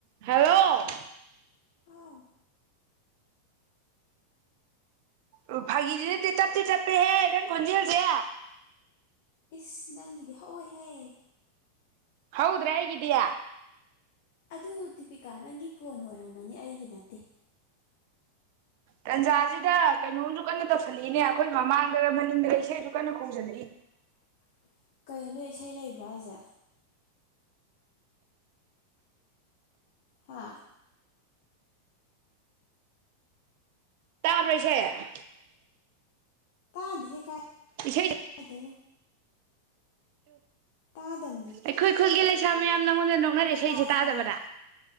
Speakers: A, on the right; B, on the left.
A: Hello
B: ꯑꯥꯎ
A: ꯎꯝ ꯑꯣ ꯐꯒꯤꯗꯤꯗꯤꯗꯤ ꯇꯞꯇꯦ ꯇꯞꯦꯍꯦ ꯅꯪ ꯈꯣꯟꯟꯖꯤ ꯍꯧꯁꯦ
B: ꯏꯁ ꯅꯪꯒꯤꯗꯤ ꯍꯧꯋꯏꯦꯍꯦ
A: ꯍꯗ꯭ꯔꯥ ꯍꯦꯒꯗꯌꯥ
B: ꯑꯗꯨ ꯗꯤꯄꯤꯀꯥ ꯅꯪꯒꯤ ꯐꯣꯟ ꯑꯣꯏꯔꯝꯒꯅꯤ ꯑꯩꯒꯤ ꯅꯠꯇꯦ
A: ꯇꯟꯖꯥꯁꯤꯗ ꯀꯩꯅꯣꯝꯁꯨ ꯀꯟꯅ ꯇꯧꯁꯜꯂꯛꯏꯅꯦ ꯑꯩꯈꯣꯏ ꯃꯃꯥꯡꯗ ꯃꯅꯤꯡꯗ ꯏꯁꯩꯁꯨ ꯀꯟꯅ ꯈꯣꯡꯖꯜꯂꯛꯏ
B: <inaudible> ꯀꯩꯅꯣ ꯅꯣ ꯏꯁꯩ ꯂꯩꯕ꯭ꯔꯥ ꯍꯥꯏꯁꯦ ꯍꯥ
A: ꯄꯩꯁꯦ
B: ꯇꯥꯗꯦ ꯀꯥꯏꯅꯣ
A: ꯏꯁꯩ
B: ꯇꯥꯗꯕꯅꯤ
A: ꯑꯩꯈꯣꯏ ꯈꯨꯜꯒꯦ ꯁꯃꯦ ꯁ ꯅꯪꯉꯣꯟꯗ ꯅꯣꯛꯅꯔꯛꯑꯦ
B: ꯑꯣ
A: ꯏꯁꯩꯁꯦ
B: ꯇꯥꯔꯦ
A: ꯇꯥꯗꯕꯅ
B: ꯇꯥꯔꯦ